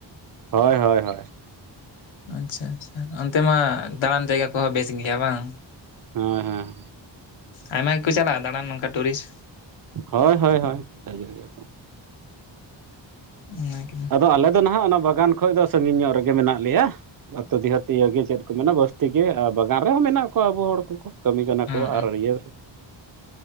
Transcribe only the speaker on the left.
ᱟᱪᱪᱷᱟ ᱟᱪᱪᱷᱟ ᱚᱱᱛᱮ ᱢᱟ ᱫᱟᱬᱟᱱ ᱡᱟᱭᱜᱟ ᱠᱚᱦᱚᱸ ᱵᱮᱥ ᱜᱮᱭᱟ ᱵᱟᱝ
ᱟᱭᱢᱟ ᱜᱮᱠᱚ ᱪᱟᱞᱟᱜᱼᱟ ᱫᱟᱬᱟᱱ ᱱᱚᱝᱠᱟ ᱴᱩᱨᱤᱥᱴ
ᱚᱱᱟᱜᱮ
ᱦᱩᱸ